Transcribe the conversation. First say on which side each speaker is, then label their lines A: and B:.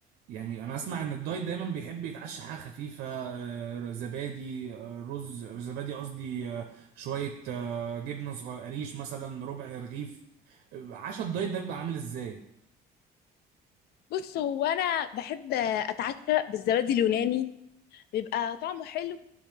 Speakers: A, on the right; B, on the left.
A: يعني أنا أسمع إن الدايت دايما بيحب يتعشى حاجة خفيفة آه، زبادي آه، رز زبادي قصدي آه، شوية آه، جبنة صغير قريش مثلا ربع رغيف عشاء الدايت ده بيبقى عامل إزاي؟
B: بص هو انا بحب اتعشى بالزبادي اليوناني بيبقى طعمه حلو